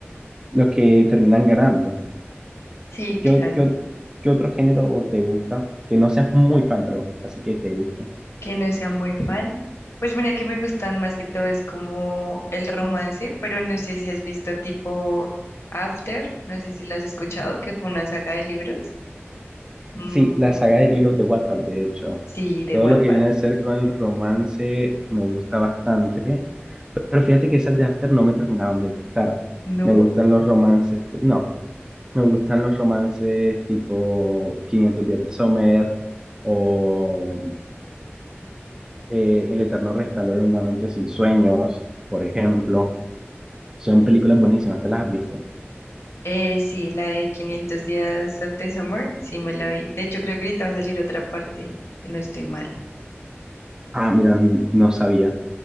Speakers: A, on the right; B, on the left.
A: los que terminan ganando.
B: Sí, claro,
A: ¿Qué, o- qué, o- qué otro género te gusta? Que no seas muy fan, pero así que te gusta.
B: que no sea muy fan. Pues mira que me gustan más que todo es como el romance, pero no sé si has visto tipo After, no sé si lo has escuchado, que fue una saga de libros. Mm,
A: Sí, la saga de libros de Wattpad, de hecho.
B: sí, de
A: Todo
B: Wattpad,
A: lo que viene a ser con el romance me gusta bastante. Pero fíjate que esas de After no me terminaron de gustar.
B: ¿no?
A: Me gustan los romances, no, me gustan los romances tipo Quinientos días de Summer o eh, El eterno resplandor en una mente sin sueños, por ejemplo. Son películas buenísimas, ¿te las has visto?
B: Eh, sí, la de quinientos días of the summer, sí me la vi. De hecho, creo que ahorita va a salir otra parte, si no estoy mal.
A: Ah, mira, n- no sabía.